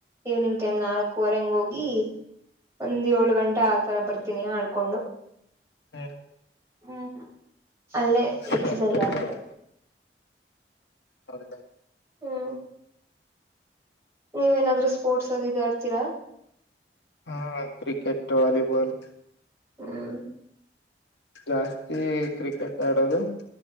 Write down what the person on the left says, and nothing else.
ಹ್ಮ
ಹ್ಮ್
ಹೌದಾ
ಹಾ ಕ್ರಿಕೆಟ್ ವಾಲಿಬಾಲ್.
ಜಾಸ್ತಿ ಕ್ರಿಕೆಟ್ ಆಡೋದು.